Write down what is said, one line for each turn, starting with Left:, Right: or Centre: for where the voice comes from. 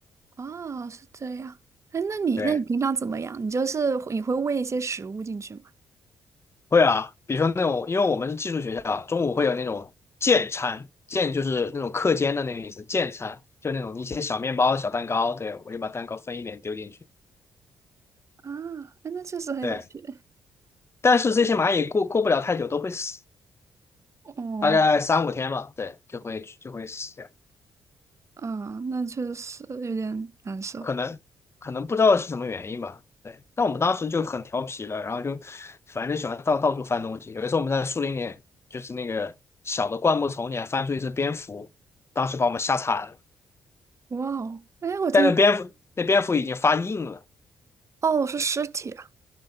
Right: 哦，是这样。哎，那你那你平常怎么样？
Left: 对。
Right: 你就是你会喂一些食物进去吗？
Left: 会啊，比如说那种，因为我们是寄宿学校，中午会有那种健餐，健就是那种课间的那个意思，健餐就那种一些小面包、小蛋糕，对，我就把蛋糕分一点丢进去，
Right: 啊，哎，那确实很有趣。
Left: 对。但是这些蚂蚁过过不了太久都会死，
Right: 哦，
Left: 大概三五天吧，对，就会就会死掉，
Right: 啊，那确实有点难受。
Left: 可能可能不知道是什么原因吧，对。但我们当时就很调皮了，然后就反正就喜欢到到处翻东西，有一次我们在树林里，就是那个小的灌木丛里还翻出一只蝙蝠，当时把我们吓惨了。
Right: 哇哦，哎，我听，
Left: 但那蝙蝠那蝙蝠已经发硬了，
Right: 哦，是尸体啊！
Left: 对